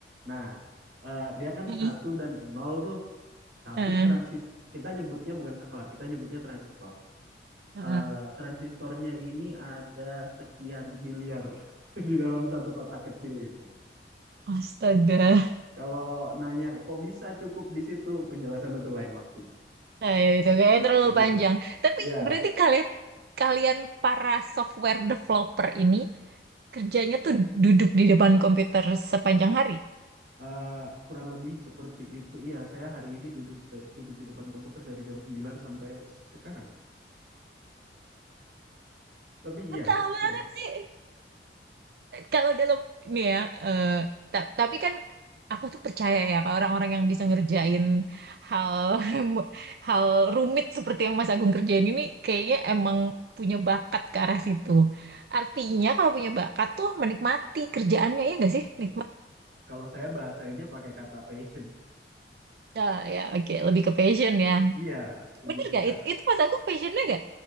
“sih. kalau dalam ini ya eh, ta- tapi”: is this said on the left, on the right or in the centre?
Right